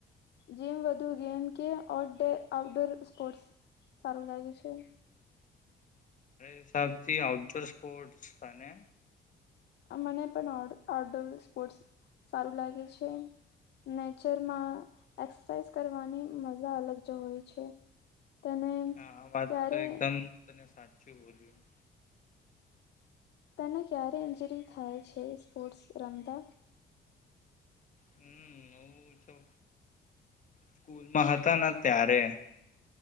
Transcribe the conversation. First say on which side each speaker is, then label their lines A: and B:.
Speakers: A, on the left; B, on the left.
A: જીમ વધુ ગેમ કે આઉટડોર સ્પોર્ટસ સારું લાગે છે?
B: હિસાબ થી આઉટડોર સ્પોર્ટસ તને?
A: મને પણ આઉં આઉટડોર સ્પોર્ટસ સારું લાગે છે નેચરમાં એક્સરસાઇઝ કરવાની મજા અલગ જ હોય છે તને
B: હા વાત
A: ક્યારે
B: તો એકદમ તને સાચું બોલ્યું
A: તેને ક્યારે ઇન્જરી થાય છે સ્પોર્ટ્સ રમતા?
B: હમ્મ હું તો સ્કૂલમાં હતા ના ત્યારે